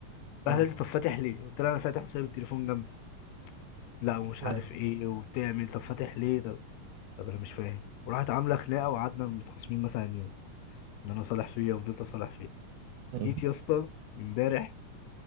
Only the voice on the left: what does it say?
راح قال لي طب فاتح ليه؟ قلت له انا فاتح وسايب التليفون جنبي لا ومش عارف
ايه وبتعمل طب فاتح ليه؟ طب طب انا مش فاهم وراحت عامله خناقه وقعدنا متخاصمين مثلا يوم ان انا صالح فيها وفضلت اصالح فيها
جيت يا اسطى امبارح